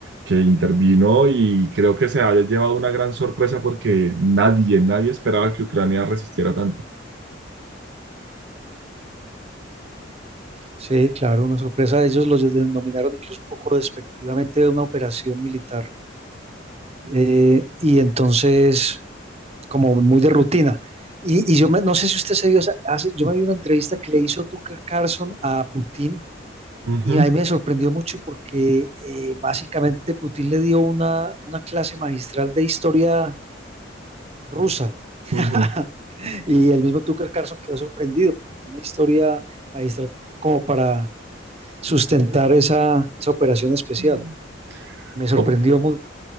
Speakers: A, on the right; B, on the right.
A: que intervino y creo que se haya llevado una gran sorpresa porque nadie, nadie esperaba que Ucrania resistiera tanto.
B: Sí, claro, una sorpresa. Ellos los denominaron incluso un poco despectivamente de una operación militar. eh, y entonces, como muy de rutina. Y, y yo me- no sé si usted se vio, esa- hace- yo me vi una entrevista que le hizo Tucker Carlson a Putin
A: Ujú,
B: y ahí me sorprendió mucho porque eh, básicamente Putin le dio una, una clase magistral de historia rusa. <laughs>
A: ujú.
B: Y el mismo Tucker Carlson quedó sorprendido porque fue una historia magistral como para sustentar esa, esa operación especial.
A: Mm.
B: Me sorprendió
A: O-
B: mucho,